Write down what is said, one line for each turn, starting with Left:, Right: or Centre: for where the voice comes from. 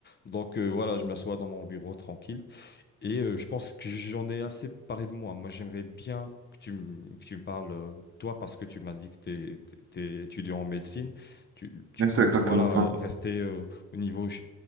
Left: Donc, euh, voilà, je m'assois dans mon bureau tranquille. Et euh, je pense que j'en ai assez parlé de moi. Moi, j'aimerais bien que tu, me- que tu me parles, euh, toi, parce que tu m'as dit que tu es, t'es t'es étudiant en médecine. Tu, tu
Right: Mais
Left: comptes,
Right: c'est exactement
Left: voilà,
Right: ça.
Left: euh, rester euh, au niveau, je,